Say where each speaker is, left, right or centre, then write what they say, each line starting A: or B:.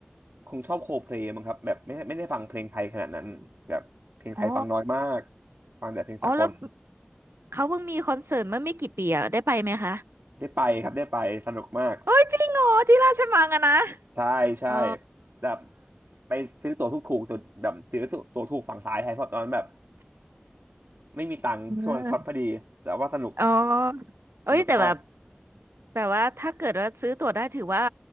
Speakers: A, on the right; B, on the right.
A: คงชอบโคเพลย์มั้งครับแบบไม่ไม่ได้ฟังเพลงไทยขนาดนั้นแบบเพลงไทยฟังน้อยมาก
B: อ๋อ
A: ฟังแต่เพลงสากล
B: อ๋อแล้วเขาเพิ่งมีคอนเสิร์ตเมื่อไม่กี่ปีอะได้ไปไหมคะ
A: ได้ไปครับได้ไปสนุกมาก
B: โอ้ยจริงเหรอที่ราชมังอะนะ
A: ใช่ใช่
B: อ๋อ
A: แบบไปซื้อตั๋วถูกถูกสุดแบบซื้อตั๋วถูกฝั่งซ้ายแทนเพราะตอนนั้นแบบ ไม่มีตังค์ช่วงนั้นช็อตพอดีแต่ว่าสนุก
B: เอออ๋อเอ้ยแต่แบบ
A: สนุกมาก
B: แบบว่าถ้าเกิดว่าซื้อตั๋วได้ถือว่า